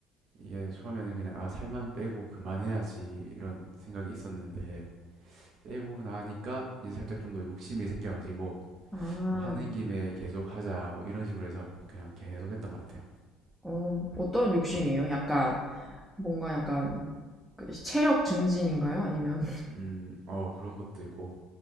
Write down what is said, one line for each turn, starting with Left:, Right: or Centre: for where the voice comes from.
Right: 이게 처음에는 그냥 아 살만 빼고 그만해야지 이런 생각이 있었는데 빼고 나니까 이제 살짝 좀 더 욕심이 생겨가지고
Centre: 아,
Right: 어, 하는 김에 계속 하자 뭐 이런 식으로 해서 그냥 계속 했던 것 같아요.
Centre: 어, 어떤 욕심이에요? 약간, 뭔가 약간, 그 체력 증진인가요? 아니면,
Right: 음, 어 그런 것도 있고